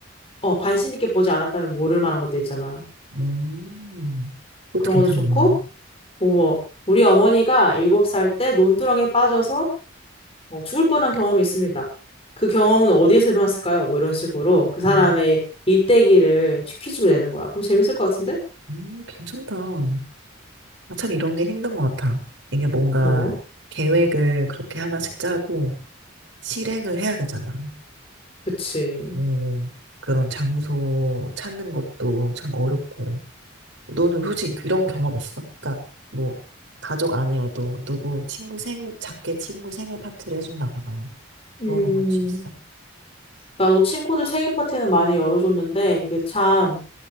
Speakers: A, on the left (about 30°); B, on the right (about 60°).
A: 어, 관심 있게 보지 않았다면 모를 만한 것도 있잖아.
B: 음, 그것도
A: 그런
B: 괜찮네.
A: 것도 좋고, 어머, 우리 어머니가 일곱 살 때 논두렁에 빠져서 어, 죽을 뻔한 경험이 있습니다. 그 경험은 어디에서 일어났을까요? 뭐 이런 식으로 그 사람의
B: 음,
A: 일대기를 퀴즈로 내는 거야. 그럼 재밌을 것 같은데?
B: 음, 괜찮다. 아, 참 이런 게 힘든 것 같아. 이게 뭔가
A: 뭐,
B: 계획을 그렇게 하나씩 짜고 실행을 해야 되잖아.
A: 그치.
B: 음, 그런 장소 찾는 것도 참 어렵고. 너는 혹시 그런 경험 있어? 그러니까 뭐 가족 아니어도 누구 친구 생일 작게 친구 생일 파티를 해준다거나
A: 음,
B: 그런 거 혹시 있어?
A: 나도 친구들 생일 파티는 많이 열어줬는데 이게 참